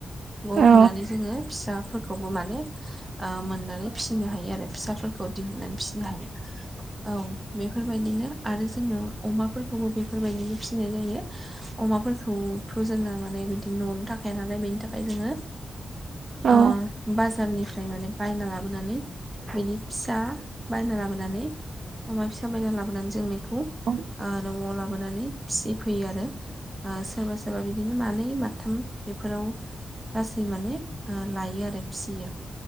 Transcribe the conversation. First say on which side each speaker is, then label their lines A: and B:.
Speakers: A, on the right; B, on the right.
A: ग
B: औ
A: होनानै जोङो फिसाफोरखौबो माने ओ मोननो फिसिनो हायो आरो फिसाफोरखौ दिहुनानै फिसिनो औ बेफोरबायदिनो आरो जोंनो अमाफोरखौबो बेफोरबायदिनो फिसिनाय जायो अमाफोरखौथ' जोंना माने बिदि न'आवनो थाखाया नालाय बेनि थाखाय जोङो
B: औ
A: ओ बाज बाजारनिफ्राय माने बायना लाबोनानै बिनि फिसा बायना लाबोनानै अमा फिसा बायना लाबोनानै जों बेखौ
B: औ
A: ओ न'आव लाबोनानै फिसिफैयो आरो ओ सोरबा सोरबा बिदिनो मानै माथाम बेफोराव लासै माने ओ लायो आरो फियो